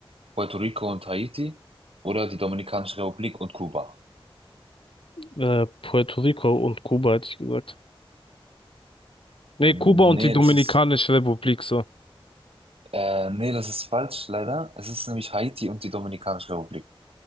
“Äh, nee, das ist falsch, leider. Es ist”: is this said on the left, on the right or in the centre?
Right